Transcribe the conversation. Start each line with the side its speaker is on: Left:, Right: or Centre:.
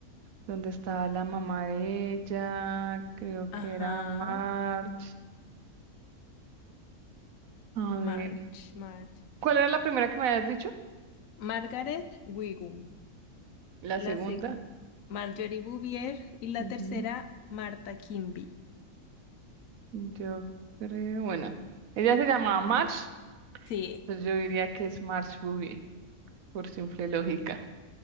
Right: donde estaba la mamá de ella, creo
Left: Ajá,
Right: que era March. A
Left: Marge,
Right: ver,
Left: Marge.
Right: ¿cuál era la primera que me habías dicho?
Left: Margaret Wigum,
Right: La
Left: la
Right: segunda.
Left: sec- Marjorie Bouvier y la
Right: Ujú.
Left: tercera, Marta Kimby.
Right: Yo creo, bueno, ella se llamaba March,
Left: Sí,
Right: entonces yo diría que es March Boogie, por simple lógica.